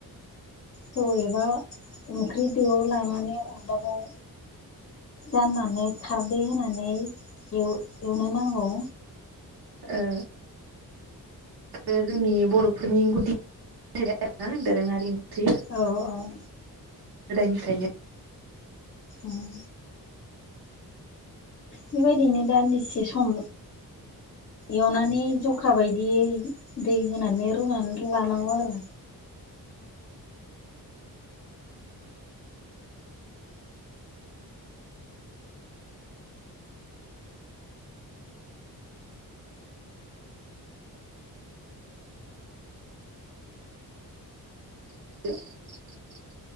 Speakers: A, on the left; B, on the right.
A: थौ एबा ओंख्रि दोआव लानानै अरदाबाव जाननानै खारदै होनानै एव-एवनो नांगौ।
B: ओ ओओ जोंनि बरफोरनि गुदि आरोना दोरोङारि ओंख्रि
A: औ औ
B: गोदायनिफ्रायनो
A: ओम बेबायदिनो दान्दिसे सम एवनानै जखा बायदियै दै होनानै रुनानै लानांगौ आरो
B: <unintelligible>